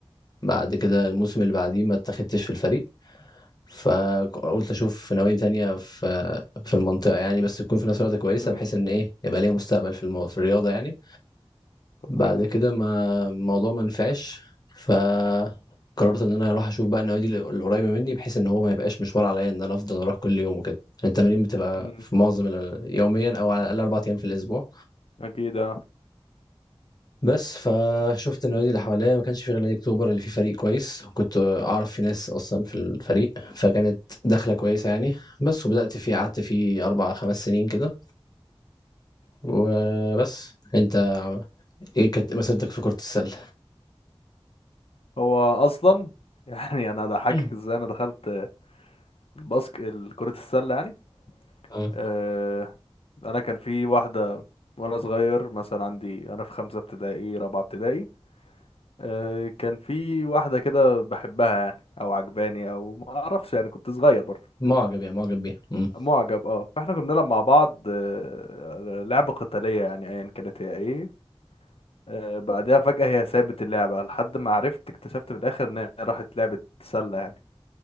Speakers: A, on the left; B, on the left.
A: بعد كده الموسم اللي بعديه ما اتاخدتش في الفريق، فقُلت أشوف نوادي تانية في في المنطقة يعني، بس تكون في نفس الوقت كويسة
B: امم
A: بحيث إن إيه، يبقى ليّا مستقبل في الم في الرياضة يعني.
B: طب
A: بعد
B: حلو
A: كده ما الموضوع ما نفعش فقررت ان انا اروح اشوف بقى النوادي ال- القريبه مني بحيث ان هو ما يبقاش مشوار عليا ان انا افضل اروح كل يوم وكده التمارين بتبقى
B: امم
A: في معظم ال- يوميا او على الاقل اربع ايام في الاسبوع
B: اكيد اه
A: بس فشفت النوادي اللي حواليا ما كانش في غير نادي اكتوبر اللي فيه فريق كويس وكنت اعرف في ناس اصلا في الفريق فكانت دخله كويسه يعني بس وبدات فيه قعدت فيه اربع خمس سنين كده وبس انت ايه كانت مسيرتك في كره السله؟
B: هو اصلا <laughs> يعني انا ضحكك
A: مم.
B: ازاي انا دخلت آه، الباسك ال- كرة السلة يعني
A: اه
B: آه انا كان في واحدة وانا صغير مثلا عندي انا في خمسة ابتدائي رابعة ابتدائي آه كان في واحدة كده بحبها يعني او عجباني او ما اعرفش يعني كنت صغير برضه
A: مُعجب يعني مُعجب بيها، إمم،
B: معجب اه فاحنا كنا بنلعب مع بعض آه، لعبة قتالية يعني ايا كانت هي ايه آه، بعدها فجأة هي سابت اللعبة لحد ما عرفت اكتشفت في الاخر ان هي راحت لعبة سلة يعني